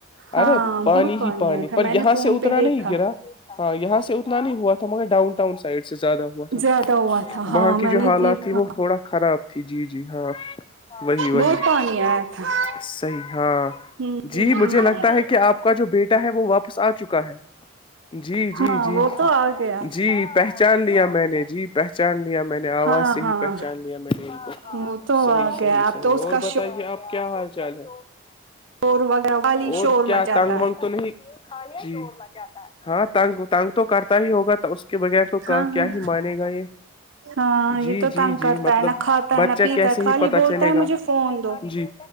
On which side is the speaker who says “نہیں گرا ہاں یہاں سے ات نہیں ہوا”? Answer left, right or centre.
Left